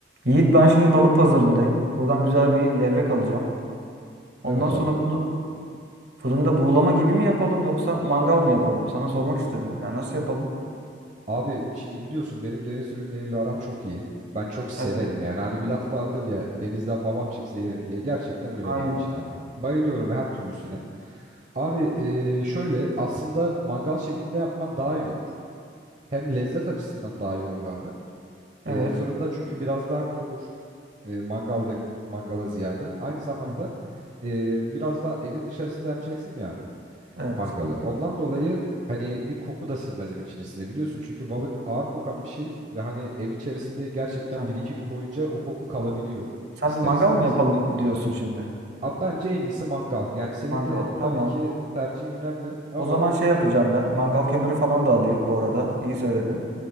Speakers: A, on the right (about 60°); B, on the right (about 40°).
A: Yiğit ben şimdi balık pazarındayım. Buradan güzel bir levrek alacağım. Ondan
B: Evet
A: sonra
B: abi.
A: bunu fırında buğulama gibi mi yapalım yoksa mangal mı yapalım? Sana sormak istedim. Yani nasıl yapalım?
B: Abi şimdi biliyorsun benim deniz ürünleriyle aram çok iyi. Ben çok severim
A: Evet.
B: yani. Hani bir laf vardır ya denizden babam çekse yerim diye. Gerçekten öyle
A: Aynen.
B: benim için abi. Bayılıyorum her türlüsüne. Abi e, şöyle aslında mangal şeklinde yapman daha iyi olur. Hem lezzet açısından daha iyi olur abi. E,
A: Evet.
B: fırında çünkü biraz daha kurur. E, mangalda mangala ziyade. Aynı zamanda
A: Hı hı.
B: e, biraz daha evin dışarısında yapacaksın ya abi.
A: Evet.
B: mangalı. Ondan dolayı hani bir koku da sinmez evin içerisine biliyorsun. Çünkü balık ağır kokan bir şey ve hani evin içerisinde gerçekten
A: Aha.
B: bir iki gün boyunca o koku kalabiliyor
A: Sen
B: ister
A: mangal
B: istemez.
A: mı yapalım diyorsun şimdi?
B: Abi bence en iyisi mangal. Yani senin
A: Mangal.
B: de
A: Tamam.
B: tabii ki tercihin önemli ama
A: O zaman şey yapacağım ben. Mangal kömürü falan da alayım bu arada. İyi söyledin.